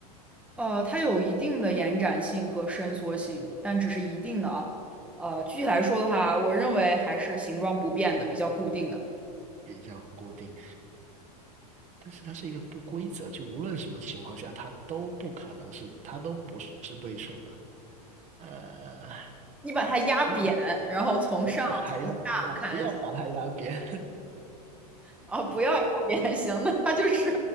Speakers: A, in the centre; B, on the right.
A: 呃，它有一定的延展性和伸缩性，但只是一定的啊。呃，具体来说的话，我认为还是形状不变的，比较固定的。
B: 比较固定，但是它是一个不规则，就无论什么情况下，它都不可能是，它都不是对称的。呃，
A: 你把它压扁，
B: 那
A: 然后从上从下看，
B: 我不把它压扁，我不要把它压扁，
A: 哦，不要压扁，<laughs> 行那它就是